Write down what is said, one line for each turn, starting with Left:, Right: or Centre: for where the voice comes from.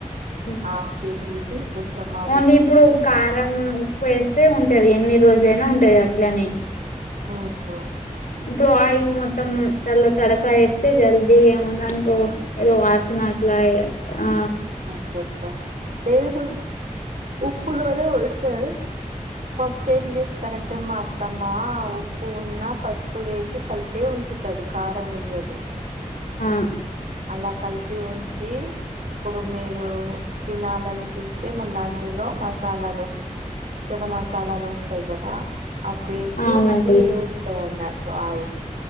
Left: హ్మ్.
Right: హఫ్ కేజీది కొంచె మావి
Left: ఓన్లీ ఇప్పుడు కారం ఉప్పు వేస్తే ఉంటది ఎన్ని రోజులైనా ఉంటది అట్లనే
Right: ఆహ
Left: ఇప్పుడు ఆయిల్ మొత్తం దాలో తడకా వేస్తే జల్దీ ఏమ దనికో ఏదో వాసనాట్లా ఆ
Right: అచ్చా అచ్చా నేను కూడా ఉప్పులోదే ఒత ఫస్ట్ ఏం చేస్తే స్తారంటే మాఅత్తమ్మా ఉప్పు ఉన్న పసుపు వేసి కలిపి ఉంచుతది కారం ఎయ్యదు
Left: ఆ
Right: అలా కలిపి ఉంచి ఇప్పుడు మీరు తినాలనిపిస్తే మళ్ళ అందులో మసాలాలు చడ మసాలాలు వస్తాయి కదా అబ్బేసి
Left: అవునండి
Right: మళ్ళీ ఏస్తదన్నట్టు ఆయిల్